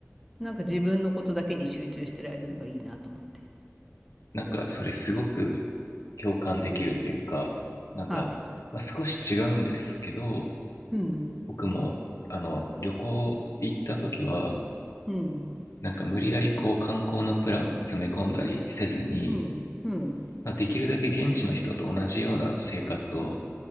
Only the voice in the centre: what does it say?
なんか自分のことだけに集中してられるのがいいなと思って。
はい。
うん。
うん。
うん。うん。